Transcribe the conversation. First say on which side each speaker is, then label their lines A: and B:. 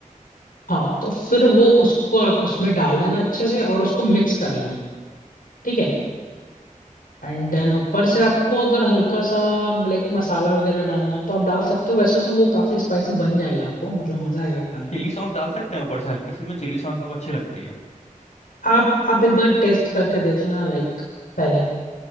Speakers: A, on the left; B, on the left.
A: हाँ तो फिर वो उसको आप उसमें डाल देना अच्छे से और उसको मिक्स कर लेना ठीक है एंड देन ऊपर से आपको अगर हल्का सा लाइक मसाला वगैरह डालना है तो आप डाल सकते हो वैसे तो वो काफी स्पाइसी बन जाएगा आपको मतलब मजा आएगा खाने
B: चिली
A: में
B: सॉस डाल सकते हैं ऊपर से हल्की सी में चिली सॉस मेरे को अच्छी लगती है
A: आप आप एक बार टेस्ट करके देख लेना लाइक पहले